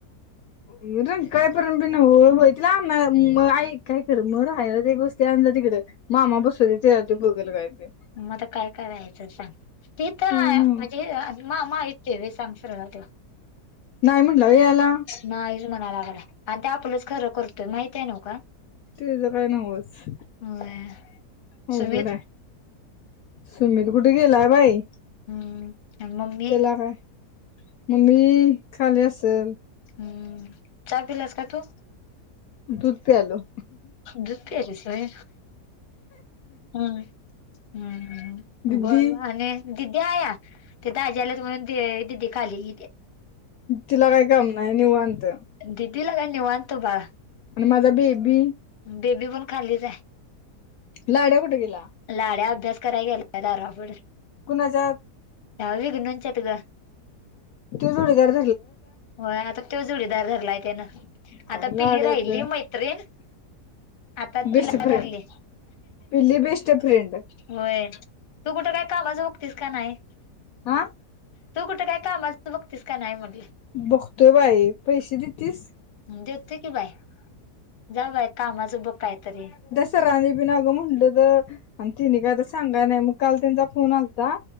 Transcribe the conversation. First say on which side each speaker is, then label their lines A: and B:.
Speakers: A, on the left (about 70°); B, on the left (about 40°).
A: हं रंकाळ्यापर्यंत बी ना हो होय तिला आन म आई काय कर मग राहायला एक गोस्ती आणज तिकडं मग मामा बसुदे येतं त्यो बगल काय ते.
B: म आता काय करायचं सांग तिथं आ
A: काय नव्ह
B: म्हणजे अआ मामा हायत की. <unintelligible>
A: नाइ म्हणलाव येयला.
B: नाईच म्हणाय लागला. आणि ते आपलंच खरं करतोय माहित आहे नव का?
A: तेजं काय नवस
B: होय
A: अवघडय.
B: सुमित
A: सुमित कुठे गेलाय बाई.
B: हम्म. आणि मम्मी
A: तेला काय? मम्मी खाली असल.
B: हम्म. चा पिलास का तू?
A: दुध प्यायलो.
B: दुध प्यायलीस वय. हम्म हम्
A: दिदी
B: बोल आणि दीदीयया. ते दाजी आल्यायत म्हणून दे दिदी खाली गेलीया.
A: तिला काय काम नाय निवांत.
B: दिदीला काय निवांत बा
A: आणि माझा बेबी
B: बेबी पण खालीच हाय.
A: लाड्या कुटं गेला?
B: लाड्या अभ्यास कराय गेला दारापुढ,,
A: कुणाच्या
B: हं विघनु च्यात गं.
A: त्यो जूडिदार
B: होय आता तो जोडीदार धरलाय त्यानं,,
A: काय
B: आता
A: लाड्याच
B: पिली राहिली मैत्रीण आता
A: बेस्ट
B: तिला
A: फ्रेंड
B: धरली
A: पिल्ली बेस्ट फ्रेंड
B: होय,, तू कुठं काय कामाचं बगतीस का नाही.
A: हा
B: तू कुठं काय कामाचं बघतीस का नाही म्हण
A: बघतोय बाई, पैशे दितीस.
B: हं देतो की बाय,, जा बाय कामाचं बग कायतरी.
A: सराांनी पिन बी अगं म्हटलंत, आणि तिने काय आता सांगाय नाही, मग काल त्यांचा फोन आलता